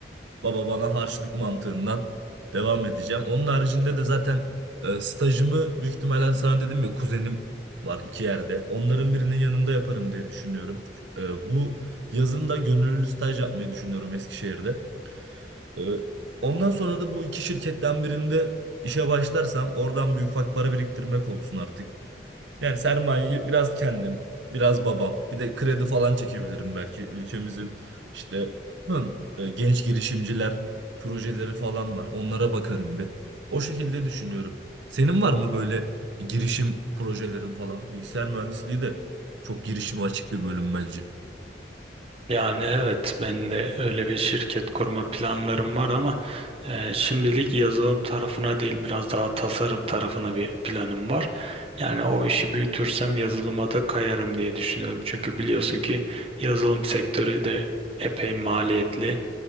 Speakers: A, on the right; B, on the right.
A: baba bana harçlık mantığından devam edeceğim. Onun haricinde de zaten e, stajımı büyük ihtimalle sana dedim ya kuzenim var iki yerde. Onların birinin yanında yaparım diye düşünüyorum. E, bu yazın da gönüllü staj yapmayı düşünüyorum Eskişehir'de. Ee, Ondan sonra da bu iki şirketten birinde işe başlarsam oradan bir ufak para biriktirmek olsun artık. Yani sermayeyi biraz kendim, biraz babam, bir de kredi falan çekebilirim belki. Ülkemizin işte hı, e, genç girişimciler projeleri falan var. Onlara bakarım bir. O şekilde düşünüyorum. Senin var mı böyle bir girişim projelerin falan? Bilgisayar mühendisliği de çok girişime açık bir bölüm bence.
B: Yani evet ben de öyle bir şirket kurma planlarım var ama e, şimdilik yazılım tarafına değil biraz daha tasarım tarafına bir planım var. Yani o işi büyütürsem yazılıma da kayarım diye düşünüyorum. Çünkü biliyorsun ki yazılım sektörü de epey maliyetli.